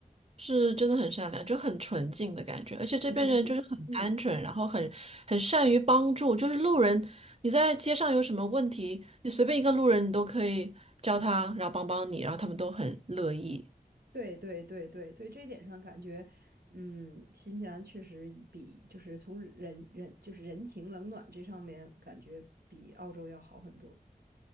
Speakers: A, on the right (about 40°); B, on the right (about 80°).
A: 是真的很善良，就很纯净的感觉，而且这边人就是很单纯，
B: 很淳朴。嗯，
A: 然后很很善于帮助，就是路人，你在街上有什么问题，你随便一个路人，你都可以叫他，然后帮帮你，然后他们都很乐意。
B: 对对对对，所以这一点上感觉，嗯，新西兰确实以比就是从人人就是人情冷暖这上面感觉比澳洲要好很多。